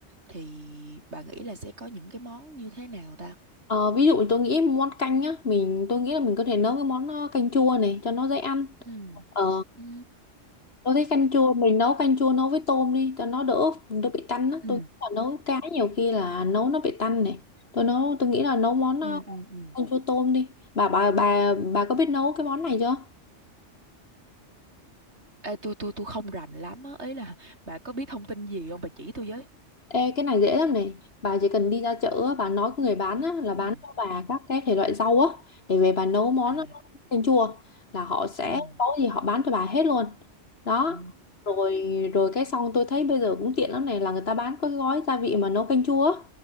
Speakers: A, on the right; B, on the left.
A: thì bà nghĩ là sẽ có những cái món như thế nào ta?
B: Ờ, ví dụ tôi nghĩ món canh á, mình tôi nghĩ là mình có thể nấu cái món ờ, canh chua này cho nó dễ ăn.
A: Ừ.
B: Ờ,
A: Ừ.
B: Tôi thấy canh chua mình nấu canh chua nấu với tôm đi cho nó đỡ đỡ bị tanh á.
A: Ừ.
B: Tôi nghĩ là nấu cá nhiều khi là nấu nó bị tanh này. Tôi nấu tôi nghĩ là nấu món ờ,
A: Ừ. Ừ. ừ.
B: canh chua tôm đi. Bà bà bà bà có biết nấu cái món này chưa?
A: Ê, tôi tôi tôi không rành lắm á, ý là <laughs> bà có biết thông tin gì không bà chỉ tôi với.
B: Ê, cái này dễ lắm này bà chỉ cần đi ra chợ á, bà nói với người bán á, là bán
A: Ừ.
B: cho bà các cái thể loại rau á để về bà nấu món
A: À.
B: canh chua là họ sẽ
A: Ừ.
B: có gì họ bán cho bà hết luôn đó
A: Ừ.
B: rồi rồi cái xong tôi thấy bây giờ cũng tiện lắm này là người ta bán có cái gói gia vị mà nấu canh chua á